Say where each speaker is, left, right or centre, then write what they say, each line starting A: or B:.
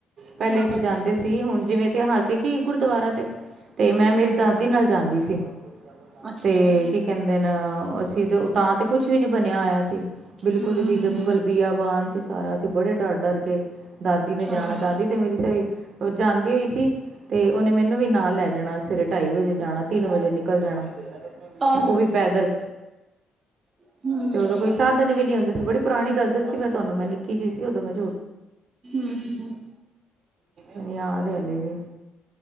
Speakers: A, on the right (about 60°); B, on the right (about 40°).
A: ਪੈਲੇ
B: ਤਾਂ
A: ਅਸੀਂ
B: ਕਰਕੇ
A: ਜਾਂਦੇ ਸੀ ਸੀ ਹੁਣ ਜਿਵੇਂ ਇਤਹਾਸਿਕ ਸੀ ਕਿ ਗੁਰਦੁਆਰਾ ਤੇ ਤੇ ਮੈਂ ਮੇਰੀ ਦਾਦੀ ਨਾਲ ਜਾਂਦੀ ਸੀ
B: ਅੱਛਾ
A: ਤੇ ਕੀ ਕਹਿੰਦੇ ਨੇ ਸੀ ਤੇ ਉਹ ਤਾਂ ਤੇ ਕੁਛ ਵੀ ਨੀ ਬਣਿਆ ਹੋਇਆ ਸੀ ਬਿਲਕੁਲ
B: ਹੂੰ
A: ਵੀ ਜੰਗਲ ਬੀਆ ਬਾਨ ਸੀ ਸਾਰਾ ਅਸੀ ਬੜੇ ਡਰ ਡਰ ਕੇ ਦਾਦੀ ਨੇ ਜਾਣਾ
B: ਆਹੋ
A: ਦਾਦੀ ਤੇ ਮੇਰੀ ਸਰੀ ਜਾਂਦੀ ਹੋਈ ਸੀ ਤੇ ਉਹਨੇ ਮੈਨੂੰ ਵੀ ਨਾਲ ਲੈ ਜਾਣਾ ਸਵੇਰੇ ਢਾਈ ਵਜੇ ਜਾਣਾ ਤਿੰਨ ਵਜੇ ਨਿਕਲ ਜਾਣਾ
B: ਆਹੋ
A: ਉਹ ਵੀ ਪੈਦਲ
B: ਹੂੰ
A: ਤੇ
B: ਹੂੰ
A: ਉਦੋਂ ਕੋਈ ਸਾਧਨ ਵੀ ਨੀ ਹੁੰਦੇ ਸੀ ਬੜੀ ਪੁਰਾਣੀ ਗੱਲ ਦੱਸਦੀ ਮੈਂ ਤੁਹਾਨੂੰ ਮੈਂ ਨਿੱਕੀ ਜਹੀ ਸੀ ਉਦੋਂ ਮੈਂ
B: ਹੂੰ।
A: ਨੀ ਯਾਦ ਏ ਹਲੇ ਵੀ